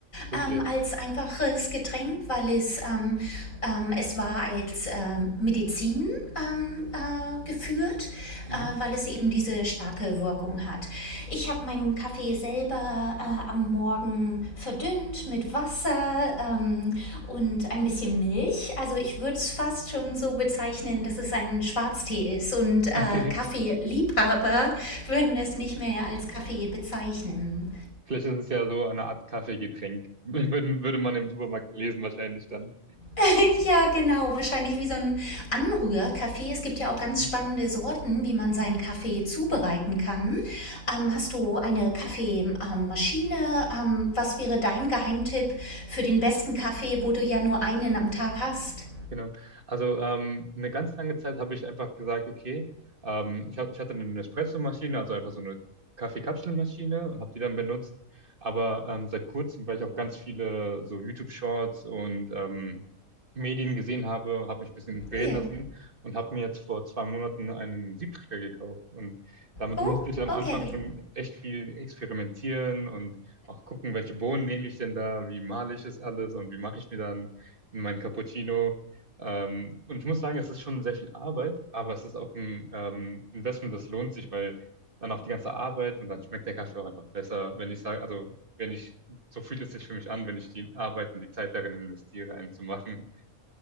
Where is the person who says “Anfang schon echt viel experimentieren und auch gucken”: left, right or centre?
Right